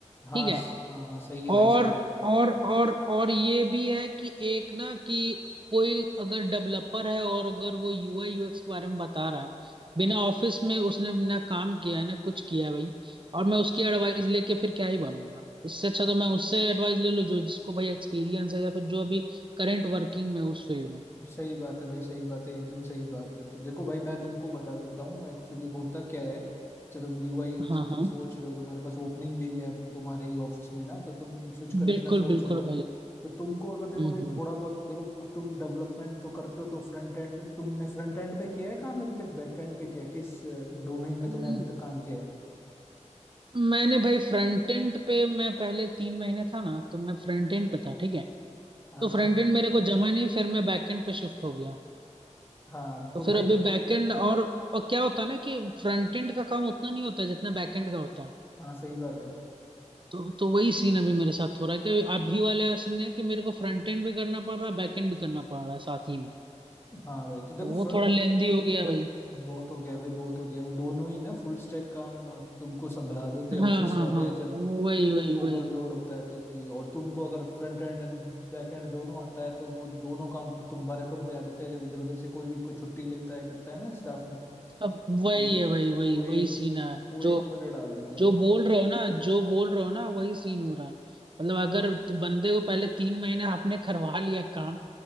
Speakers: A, on the left; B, on the right.
A: हाँ
B: ठीक है
A: स- हाँ हाँ सही है भाई
B: और
A: सही है
B: और और और ये भी है कि एक ना कि कोई अगर डेवलपर है और अगर वो यूआई यूएक्स के बारे में बता रहा है बिना ऑफिस में उसने ना काम किया है ना कुछ किया है भाई और मैं उसकी एडवाइस लेके फिर क्या ही बनूंगा इससे अच्छा तो मैं उससे एडवाइस ले लूँ जो जिसको भाई एक्सपीरियंस है या फिर जो अभी करंट वर्किंग में है उस फील्ड में
A: सही बात है भाई सही बात है एकदम सही बात है तो देखो भाई मैं तुमको बता देता हूँ एक्चुअली होता क्या है जब तुम यूआई यूएक्स
B: हाँ
A: में तुम
B: हाँ
A: सोच रहे हो तुम्हारे पास ओपनिंग भी है अप- तुम्हारे ही ऑफिस में ना तो तुम स्विच करने
B: बिल्कुल
A: का सोच
B: बिल्कुल
A: रहे हो
B: भाई
A: तो तुमको अगर देखो
B: हम्म
A: भाई थोड़ा बहुत देखो अब तुम डेवलपमेंट तो करते हो तो फ्रंट एंड तुमने फ्रंट एंड पे किया है काम अभी तक बैक एंड पे किया है किस डोमेन में
B: हम्म
A: तुमने अभी तक काम किया है
B: मैंने भाई फ्रंट एंड पे मैं पहले तीन महीने था ना तो मैं फ्रंट एंड पे था ठीक है
A: हाँ
B: तो
A: हाँ
B: फ्रंट एंड मेरे को जमा नहीं फिर मैं बैक एंड पे शिफ्ट हो गया
A: हाँ
B: तो
A: तो
B: फिर
A: भाई
B: अभी बैक एंड और, और क्या होता है ना कि फ्रंट एंड का काम उतना नहीं होता जितना बैक एंड का होता है
A: हाँ सही बात है
B: तो तो वही सीन अभी मेरे साथ हो रहा है कि अभी वाला सीन है कि मेरे को फ्रंट एंड भी करना पड़ रहा है बैक एंड भी करना पड़ रहा है साथ ही में
A: हाँ भाई तो देखो
B: तो वो
A: fr-
B: थोड़ा लेंदी हो गया भाई
A: बहुत हो गया भाई बहुत हो गया वो दोनों ही ना फुल स्टैक काम अ, तुमको संभला देते हैं ऑफिस
B: हाँ हाँ
A: वाले
B: हाँ
A: जब
B: वही वही
A: ओवरलोड
B: वही
A: होता है तो कि और तुमको अगर front end and back end दोनों आता है तो वो दोनों काम तुम्हारे पर भी आ जाते हैं जब इधर उधर से कोई भी कोई छुट्टी लेता है करता है ना स्टाफ में
B: अब
A: तो
B: वही है वही वही
A: वो एक
B: वही सीन है
A: वो एक
B: जो
A: पर डाल देते हैं
B: जो बोल रहे हो ना जो बोल रहे हो ना वही सीन हो रहा है मतलब अगर बंदे को पहले तीन महीने आपने करवा लिया काम